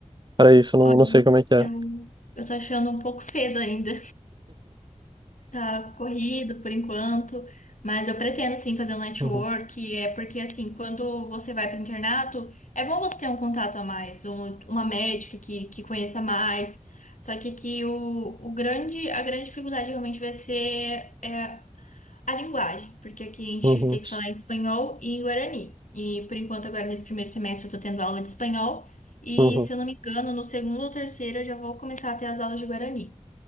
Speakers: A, on the right (about 35°); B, on the left (about 85°).
A: para isso? Eu Não,
B: Olha,
A: não sei como é que é.
B: eu, eu tô achando um pouco cedo ainda. Tá corrido por enquanto, mas eu pretendo sim fazer um network,
A: Uhum,
B: é porque assim, quando você vai para o internato, é bom você ter um contato a mais, um- uma médica que, que conheça mais. Só que, que o, o grande, a grande dificuldade realmente vai ser é, a linguagem, porque aqui a gente
A: uhum,
B: tem que falar em espanhol e em guarani. E por enquanto, agora nesse primeiro semestre, eu tô tendo aula de espanhol, e
A: uhum.
B: se eu não me engano, no segundo ou terceiro eu já vou começar a ter as aulas de guarani.